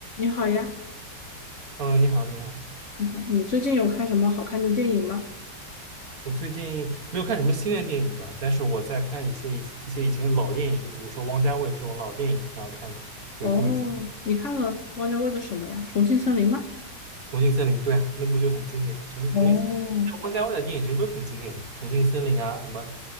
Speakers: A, on the left; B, on the right.
A: 你好呀，
B: Hello，你好，你好。
A: 你好，你最近有看什么好看的电影吗？
B: 我最近没有看什么新的电影吧，但是我在看一些以一些以前的老电影，就比如说王家卫这种老电影，挺好看的，回顾一下
A: 哦，你看了汪家卫的什么呀？《重庆森林》吗？
B: 《重庆森林》。对啊，那部就很经典。重重庆，
A: 哦，
B: 王家卫的电影其实都挺经典的，《重庆森林》啊，什么